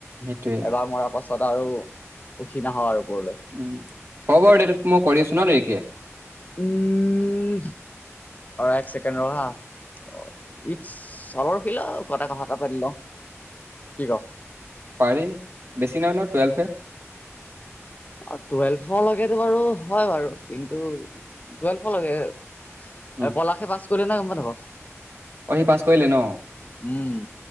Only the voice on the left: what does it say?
এবাৰ মৰাৰ পাছত আৰু উঠি নাঁহও আৰু ওপৰলৈ
উম, এক চেকেণ্ড ৰ হা, ইটচ্ চাবৰ খিলা কটা কথা এটা পাতি লওঁ, কি ক?
অ', টুৱেলভৰলৈকেতো বাৰু হয় বাৰু, কিন্তু টুৱেলভৰলৈকে
পলাশে পাছ কলে নে গম পাওঁ নে নাপাওঁ?
উম,